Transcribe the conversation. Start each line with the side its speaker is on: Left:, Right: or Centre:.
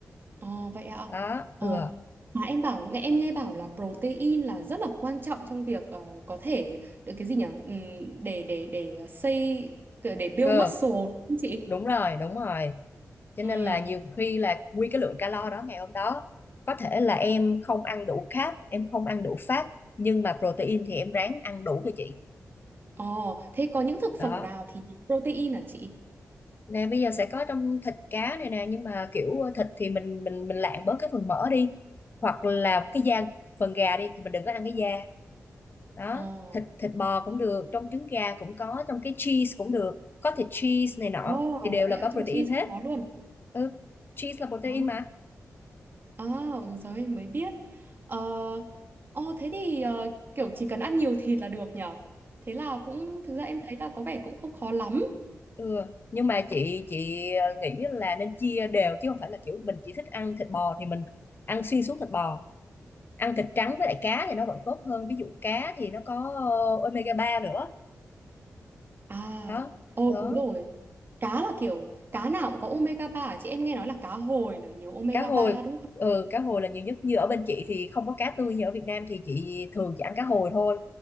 Right: Ồ vậy ạ.
Left: đó
Right: Ờ,
Left: ừ
Right: Mà em bảo nghe- em nghe bảo là protein là rất là quan trọng trong việc ờ, có thể được cái gì nhỉ? Ừm, để để để xây để build
Left: cơ
Right: muscle đúng không chị?
Left: đúng rồi đúng rồi cho
Right: Ừ.
Left: nên là nhiều khi là nguyên cái lượng calo đó ngày hôm đó có thể là em không ăn đủ carb em không ăn đủ fat nhưng mà protein thì em ráng ăn đủ cho chị
Right: Ồ, thế có những thực phẩm
Left: đó
Right: nào thì nhiều protein hả chị?
Left: nè bây giờ sẽ có trong thịt cá này nè nhưng mà kiểu thịt thì mình mình mình lạng bớt cái phần mỡ đi hoặc là cái da phần gà đi thì mình đừng có ăn cái da đó
Right: Ồ.
Left: thịt thịt bò cũng được trong trứng gà cũng có trong cái cheese cũng được có thịt cheese này nọ
Right: Ồ,
Left: thì đều
Right: vậy
Left: là
Right: ạ,
Left: có protein
Right: trong chi
Left: hết
Right: không có luôn.
Left: ừ cheese là protein
Right: ờ
Left: mà
Right: à, ừ, giờ em mới biết. Ờ, ồ, thế thì ờ, kiểu chỉ cần ăn nhiều thịt là được nhở? Thế là cũng thực ra em thấy là có vẻ cũng không khó lắm.
Left: Ừ. Nhưng mà chị chị ờ, nghĩ là nên chia đều chứ không phải là kiểu mình chỉ thích ăn thịt bò thì mình ăn xuyên suốt thịt bò ăn thịt trắng với lại cá thì nó vẫn tốt hơn ví dụ cá thì nó có ờ, omega 3 nữa
Right: À,
Left: đó
Right: ồ
Left: đó
Right: đúng rồi. Cá là kiểu cá nào cũng có omega 3 à? Chị em nghe nói là cá hồi là nhiều omega
Left: cá hồi
Right: ba đúng không?
Left: ừ, cá hồi là nhiều nhất như ở bên chị thì không có cá tươi như ở Việt Nam thì chị thường chỉ ăn cá hồi thôi